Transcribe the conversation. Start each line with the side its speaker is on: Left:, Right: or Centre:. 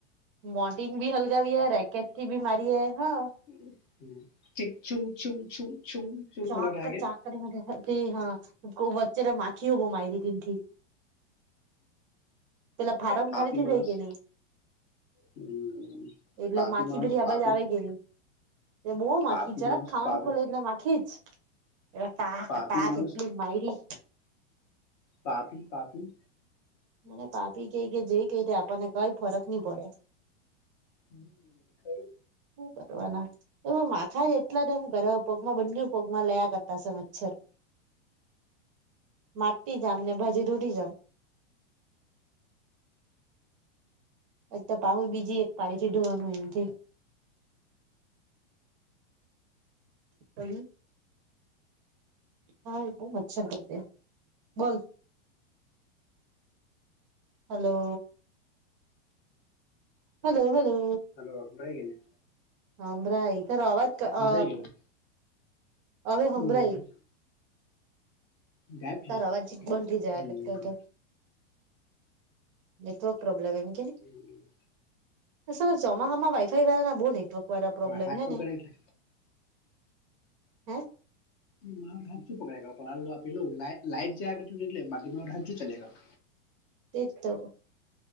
Right: મોર્ટીન ભી હલગાવીએ રેકેટ થી બી મારીએ હા
Left: <unintelligible>
Right: ચાક ચાક હા વચ્ચે તો માખી હો બો માયરી તેનથી. પેલા
Left: એટલે
Right: ફારમ
Left: પાપી
Right: ખાલી થી
Left: માણસ
Right: જાય કેની
Left: હમ
Right: એટલે
Left: પાપી
Right: માખી
Left: માણસ
Right: બધી અબાજ
Left: પાપી
Right: આવે કે નહી. એ બો માંખી
Left: પાપી
Right: જરાક
Left: માણસ
Right: ખા વાનું
Left: પાપ
Right: ખોલું એટલે માખી જ એલે ટાક
Left: પાપી
Right: ટાક
Left: માણસ
Right: એટલી માયરી
Left: પાપી પાપી
Right: મને પાપી કઈ કે જે કેય આપણને કઈ ફરક નહી પડે.
Left: હમ ખરું.
Right: શું કરવાના. તો માથા જ એટલા જે હુ ઘરે પગમાં બંને પગમાં લેયા કરતાશે મચ્છર.
Left: <inaudible>
Right: માટી જામ ને ભાજી રૂટી જામ. એક પાહુ બીજી એક પાડી થી ધોવાનું એમ કે. <unintelligible> હા એ બહુ મચ્છર કરડે બોલ. હલો હલો હલો
Left: હલો હભળાય કે ની.
Right: હભરાઈ તારો અવાજ ક
Left: સંભળાઈ
Right: અ
Left: ગયું
Right: અવે હંભરાઈ.
Left: હમ ગાયબ છે
Right: તારા અવાજ બંધ થઇ જાયા
Left: હમ
Right: કરતો હતો નેટવર્ક પ્રોબ્લેમ એમ કેની
Left: હમ
Right: અ સલા ચોમાહામાં વાઈફાઈ વાળા ના બહુ નેટવર્ક વાળા પ્રોબ્લેમ
Left: હવે હાથ
Right: હે
Left: પકડે
Right: ને?
Left: એટલે
Right: હે
Left: માર તો હાજુ પકડાય મારું આપેલું લાઈટ લાઈટ જાયા કતી તી એટલે બાકી મા હાજુ ચાલ્યા કરે.
Right: તેતો